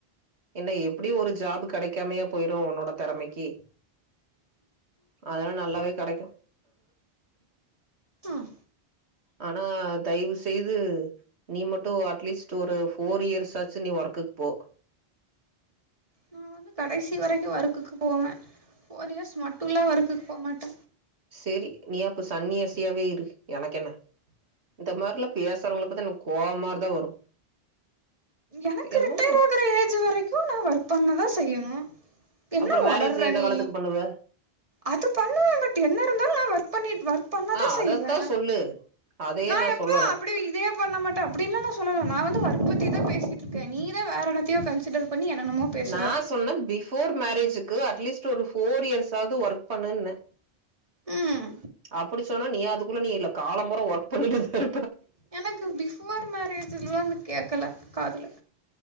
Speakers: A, on the right; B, on the right.
A: என்ன எப்டி ஒரு ஜாப்பு கெடைக்காமையா போயிரு உன்னோட தெறமைக்கு அதெல்லா நல்லாவே கெடைக்கு
B: ம்
A: ஆனா தயவுசெய்து நீ மட்டு அட்லீஸ்ட் ஒரு ஃபோர் இயர்ஸ்சாச்சு நீ ஒர்க்குக் போ
B: நா வந்து கடைசி வரைக்கு வொறுக்குக்கு போவ ஃபோர் இயர்ஸ் மட்டுல்லா வொறுக்கு போமாட்ட
A: சேரி நீ அப்ப சன்னியாசியாவே இரு எனக்கு என்ன இந்த மாரிலா பேசுறவங்கள பாத்த எனக்கு கோவமாதா வரு
B: எனக்கு
A: என்னு
B: ரிட்டையர் ஆகுற ஏஜ் வரைக்கு நா ஒர்க் பண்ணதா செய்யணு என்ன
A: அப்றோ மேரேஜ்
B: ஒளர்ற
A: எந்த
B: நீ
A: காலத்துக்கு பண்ணுவ
B: அது பண்ணுவ பட் என்ன இருந்தாலு நா ஒர்க் பண்ணிட் ஒர்க் பண்ணாத
A: ஆ
B: செய்வ
A: அதத்தா சொல்லு அதையே
B: நா எப்ப
A: சொல்லல
B: அப்டி இதே பண்ண மாட்டே அப்டின்ன நா சொல்லல நா வந்து வற்புத்திதா பேசே இருக்க நீதா வோரென்னத்தயோ கன்சிடர் பண்ணி என்னென்னமோ பேசுற
A: நா சொன்னே பிஃபோர் மேரேஜ்க்கு அட்லீஸ்ட் ஒரு ஃபோர் இயர்ஸ் ஆது ஒர்க் பண்ணு
B: ம்
A: அப்டி சொன்னா நீ அதுக்குள்ள நீ இ காலம்புரா ஒர்க் பண்ணிட்டே சார்
B: எனக்கு பிஃபோர் மேரேஜ்ல்லாந்து கேக்கல காதுல